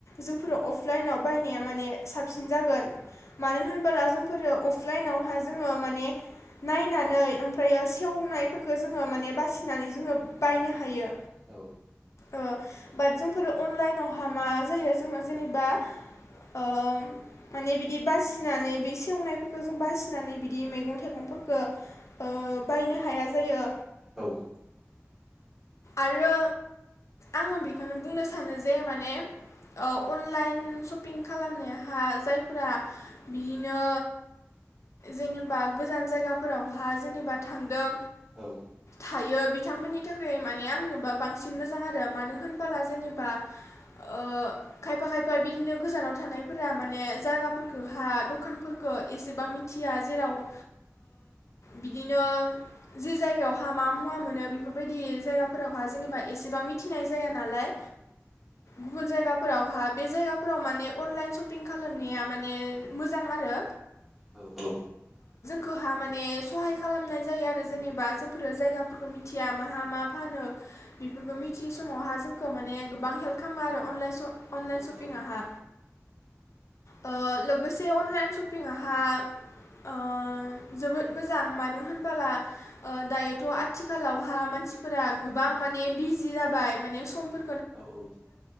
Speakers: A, on the left; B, in the centre.
A: जोंफोरो अफलाइनाव बायनाया माने साबसिन जागोन मानो होनबाला जोंफोरो अफलाइनावहा जोङो माने नायनानै ओमफ्रायो सेवनायफोरखौ जोङो माने बासिनानै जोङो बायनो हायो
B: औ
A: ओ बाट जोंफोरो अनलाइनावहा मा जायो जोङो जेनेबा ओ माने बिदि बासिनानै बे सेवनायफोरखौ जों बासिनानै बिदि मैगं थाइगंफोरखौ ओ बायनो हाया जायो
B: औ
A: आरो आङो बेखौनो बुंनो सानो जे माने अनलाइन ओ शपिं खालामनायहा जायफोरा बिदिनो जेनेबा गोजान जायगाफोरावहा जेनेबा थांदों
B: औ
A: थायो बिथांमोननि थाखाय माने आंनोबा बांसिन मोजां आरो मानो होनबाला जेनेबा ओ खायफा खायफा बिदिनो गोजानाव थानायफोरा माने जायगाफोरखौहा दखानफोरखौ एसेबां मिथिया जेराव ओ बिदिनो जे जायगायावहा मा मुवा मोनो बेफोरबायदि जायगाफोरावहा जेनेबा एसेबां मिथिनाय जाया नालाय गुबुन जायगाफोरावहा बे जायगाफोराव माने अनलाइन सशपिं खालामनाया माने मोजां आरो
B: औ औ
A: गोहा माने सहाय खालामनाय जायो आरो जेनेबा जोंफोरो जायगाफोरखौ मिथिया माहा मा फानो बेफोरखौ मिथियै समावहा जोंखौ माने गोबां हेल्प खालामो आरो अनलाइन स
B: औ
A: अनलाइन सपिंआहा ओ लोगोसे अनलाइन सपिंआहा ओ जोबोद मोजां मानो होनबोला दायोथ' आथिखालावहा मानसि फोरा गोबां माने बिजि जाबाय माने समफोर
B: औ औ